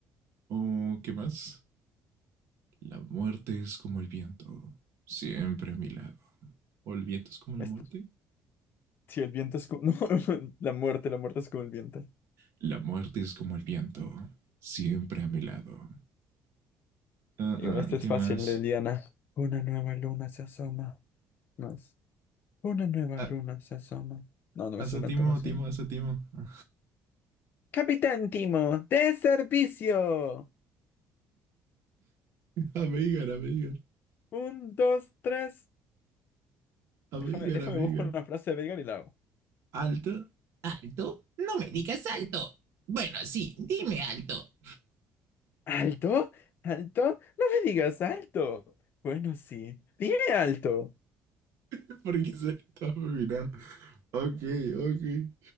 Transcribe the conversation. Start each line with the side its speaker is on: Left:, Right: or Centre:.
Right: Oh, ¿qué más? La muerte es como el viento, siempre a mi lado. ¿O el viento es como la
Left: Esto,
Right: muerte?
Left: si el viento es como... <laughs> No, la muerte, la muerte es como el viento.
Right: La muerte es como el viento, siempre a mi lado. Ah,
Left: Igual este
Right: ah, ¿Qué
Left: es fácil
Right: más?
Left: de Diana. Una nueva luna se asoma. No es. Una nueva
Right: Ah,
Left: luna se asoma. No, no
Right: asa
Left: me suena
Right: Timo,
Left: tan así.
Right: Timo, asa Timo. <laughs>
Left: Capitán Timo, de servicio.
Right: A Veigar, a Veigar,
Left: Un, dos, tres.
Right: a
Left: Déjame,
Right: Veigar,
Left: déjame
Right: a Veigar.
Left: busco una frase de Veigar y la hago.
Right: ¿Alto? ¿Alto? No me digas alto. Bueno, sí, dime alto.
Left: ¿Alto? ¿Alto? No me digas alto. Bueno, sí. Dime alto.
Right: <laughs> Porque se está mirando. Ok, ok.